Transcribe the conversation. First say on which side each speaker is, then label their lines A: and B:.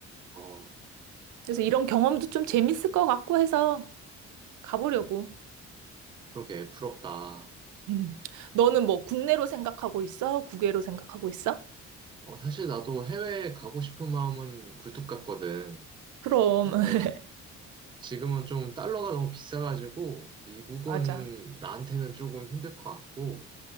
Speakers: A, on the right; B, on the right.
A: 어,
B: 그래서 이런 경험도 좀 재밌을 것 같고 해서 가보려고.
A: 그러게, 부럽다.
B: 음. 너는 뭐 국내로 생각하고 있어? 국외로 생각하고 있어?
A: 어, 사실 나도 해외에 가고 싶은 마음은 굴뚝 같거든.
B: 그럼.
A: 근데
B: <laughs>
A: 지금은 좀 달러가 너무 비싸가지고, 미국은
B: 맞아.
A: 나한테는 조금 힘들 것 같고,